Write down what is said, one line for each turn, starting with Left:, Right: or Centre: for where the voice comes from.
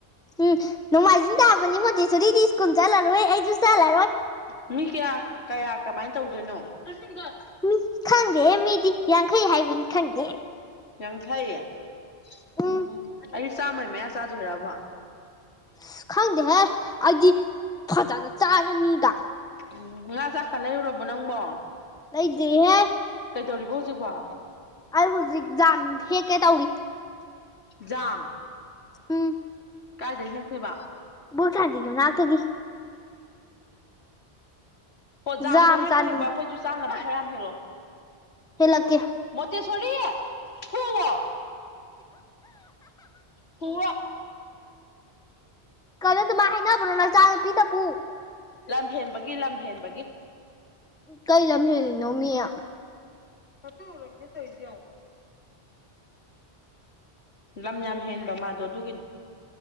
Centre: ꯎꯝ ꯅꯣꯡꯃꯥꯏꯖꯤꯡ ꯇꯥꯕꯅꯤ ꯃꯣꯇꯤ ꯁꯔꯤꯗꯤ ꯁ꯭ꯀꯨꯜ ꯆꯠꯂꯔꯣꯏ ꯑꯩꯁꯨ ꯆꯠꯂꯔꯣꯏ
Left: ꯎ ꯃꯤ ꯀꯌꯥ ꯀꯌꯥ ꯀꯃꯥꯏꯅ ꯇꯧꯗꯣꯏꯅꯣ ꯁꯤꯡꯒ
Centre: ꯃꯤ ꯈꯪꯗꯦꯦ ꯃꯤꯗꯤ ꯌꯥꯡꯈꯩ ꯍꯥꯏꯕꯅꯤ ꯈꯪꯗꯦ
Left: ꯌꯥꯡ ꯐꯩꯌꯦ
Centre: ꯎꯝ
Left: ꯎꯝꯝ ꯑꯩ ꯆꯥꯝꯃꯩ ꯃꯌꯥ ꯆꯥꯗꯣꯏꯔꯕꯣ
Centre: ꯑꯁ ꯈꯪꯗꯦꯍꯦ ꯑꯩꯗꯤ ꯐꯖꯅ ꯆꯥꯔꯅꯤꯗ
Left: ꯎ ꯉꯥꯖꯈꯂꯦꯔꯨꯔꯕꯣ ꯅꯪꯕꯣ
Centre: ꯅꯣꯏꯗ꯭ꯔꯤꯍꯦ
Left: ꯀꯩꯗꯧꯔꯤꯕꯣ ꯍꯧꯖꯤꯛꯐꯥꯎ
Centre: ꯑ ꯍꯧꯖꯤꯛ ꯝ ꯍꯦꯛ ꯀꯦ ꯇꯧꯔꯤ
Left: ꯌꯥꯝ
Centre: ꯎꯝ
Left: ꯀꯥꯏꯗꯩ ꯍꯦꯛꯇꯦꯕ
Centre: ꯕꯨ ꯈꯥꯟꯗꯤꯈꯤꯕꯅꯅꯥꯇꯗꯤ
Left: ꯑꯣꯣꯖꯥꯝꯗꯣ
Centre: ꯖꯥꯝ
Left: ꯍꯦꯛꯄ
Centre: ꯆꯥꯅꯤꯡꯉꯤ
Left: ꯍꯦꯛꯄ ꯑꯩꯈꯣꯏꯁꯨ ꯆꯥꯅꯕ ꯈꯔ ꯌꯥꯝ ꯍꯦꯜꯂꯛꯑꯣ
Centre: ꯍꯂ ꯀꯦ
Left: ꯃꯣꯠꯇ ꯁꯔꯤ ꯊ ꯐꯨꯔ
Centre: ꯀꯜꯂ ꯑꯗꯨ ꯃꯥ ꯑꯕꯅꯣ ꯅ ꯆꯥꯗ ꯄꯤ ꯇꯄꯨ
Left: ꯂꯝ ꯍꯦꯟꯕꯒꯤ ꯂꯝ ꯍꯦꯟꯕꯒꯤ
Centre: ꯀꯩ ꯂꯝ ꯍꯦꯅꯣ ꯃꯤꯌꯥ
Left: ꯁꯠꯇꯨ ꯔꯝꯃꯤ ꯇ ꯍꯖ ꯂꯝ ꯌꯥꯝ ꯍꯦꯟꯕ ꯃꯥꯗꯣ ꯑꯗꯨꯒꯤꯅꯦ